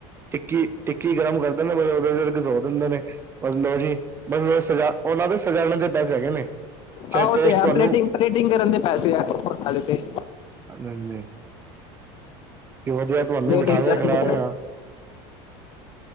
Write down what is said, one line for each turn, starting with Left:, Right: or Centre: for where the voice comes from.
Right: ਟਿੱਕੀ ਟਿੱਕੀ ਗਰਮ ਕਰਦੇ ਨੇ, ਬਈ ਓਦੇ'ਚ ਘਸੋ ਦਿੰਦੇ ਨੇ ਬਸ ਲੋ ਜੀ ਬਸ ਸਜਾ ਓਨਾਂ ਦੇ ਸਜਾਲਣ ਦੇ ਪੈਸੇ, ਹੈਗੇ ਨੇ? ਚਾਹੇ
Left: ਹਾਂ, ਓ,
Right: ਟੇਸਟ
Left: ਤੇ, ਹੈ,
Right: ਤੁਹਾਨੂੰ
Left: ਪਲੇਟਿੰਗ-ਪਲੇਟਿੰਗ ਕਰਨ ਦੇ ਪੈਸੇ ਐ, ਸੁਪਰ ਐਦੇ ਤੇ।
Right: ਹਰ ਲੇਂਜੇ। ਕਿ ਵਧੀਐ, ਤੁਵਾਂਨੂੰ
Left: ਪਲੇਟਿੰਗ
Right: ਬਿਠਾਕੇ
Left: ਕਰਨ
Right: ਖਿਲਾਰੇ
Left: ਦੇ ਪੈਸੇ
Right: ਆ।